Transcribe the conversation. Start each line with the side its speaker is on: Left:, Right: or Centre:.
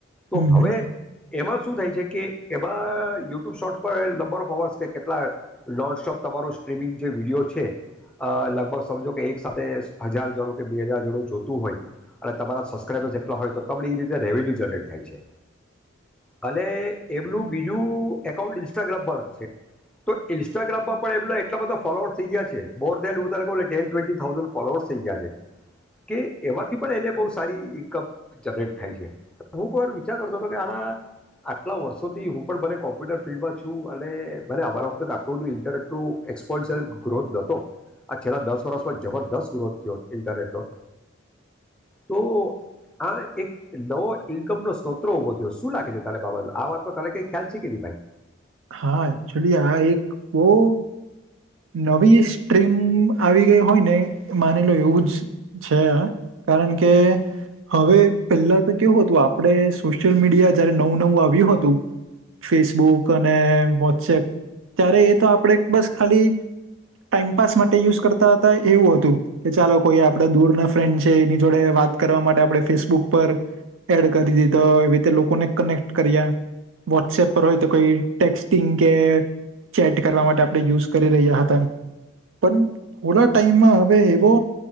Centre: તો
Right: હમ
Centre: હવે
Right: હમ
Centre: એમાં શું થાય છે કે એમાં યુટ્યુબ શોર્ટ્સ પર નંબર ઓફ અવર્સ કે કેટલા, લો સોપ તમારો સ્ટ્રીમિંગ જે વિડીયો છે, લગભગ એક સાથે હજારડું કે બે હજાર જોડું જોતું હોય, અને તમારા સબસ્ક્રબર્ એટ હોય તો ત એ રીતે રેવન્યુ જનરેટ થાય છે, અને એમનુંબીજું એકાઉન્ટ ઇન્સ્ટાગ્રામ પર છે, તો ઇન્સ્ટાગ્રામમાં પણ એમ એટલા બધા ફોલોઅર્સ થઈ ગયા છે, બ ટેન ટ્વેન્ટી થાઉઝન્ડ ફોલોઅર્સ થઈ ગયા છે, કે એમાંથી પણ એને બહુ સારી ઇન્કમ જનરેટ થાય છે, હું કોઈવાર વિચાર કરતો હતો કે આ આટલા વર્ષોથી હું પણ ભલે કોમ્પ્યુટર ફિલ્ડમાં છું અને ભલે અમારા વખતે આટલું બધું ઇન્ટરેક્ટિવ એક્સપોન્શિયલ ગ્રોથ નતો, આ છેલ્લા દસ જબરસ્ત ગ્રોથ થયો ઇન્ટરનેટ નો, તો આ એક નવો ઈન્કમનોો સ્રોત ઉભો થયો, શું લાગે છે ત બાબા આ વાત ત કઈ ખ્યાલ છે કે ન ભાઈ?
Right: હા ચોલી આ એક બહ નવી સ્ટ્રીમ આવી ગઈ હોય ને, માની લો એવું જ છે, આ કારણ કે હવે પહેલા તો કેવું હતું આપણે સોશિયલ મીડિયા જયારે નવું નવું આવ્યું હતું, ફેસબુક અને વોટસએપ ત્યારે એ તો આપણે બસ ખાલી ટાઈમપાસ માટે યુઝ કરતા હતા એવું હતું, કે ચાલો કોઈ આપડા દૂરના ફ્રેન્ડ છે એની જોડે વાત કરવા માટે આપણે ફેસબુક પર એડ કરી દી તો એવી રીતે લોકોને કનેક્ટ કર્યા, વોટ્સપ પર હોય તો કોઈ ટેક્સ્ટિંગ કે ચેટ કરવા માટે આપણે યુઝ કર પણ થોડા ટાઈમ હવે એવો